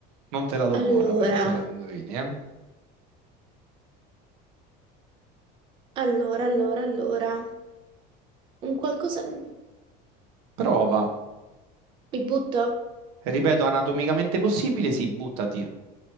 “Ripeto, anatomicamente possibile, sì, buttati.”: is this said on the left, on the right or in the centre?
Right